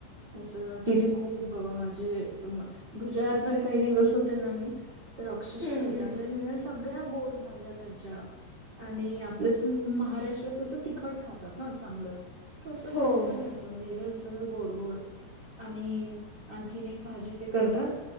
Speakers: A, on the right; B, on the left.
A: असं तेथे खूप माझे. गुजरातमध्येध्ये काही दिवस होते ना मी तर अक्षशः
B: हम्म,
A: वैतागले
B: हम्म.
A: मी. सगळ्या गोड भाज्या त्यांच्या. आणि आपल्या महाराष्ट्रात कसं तिखट खातात ना चांगलं. तसं
B: हो
A: त्यांचं नव्हतं वेगळं सगळं गोड गोड. आणि आणखीन एक भाजी ते करतात.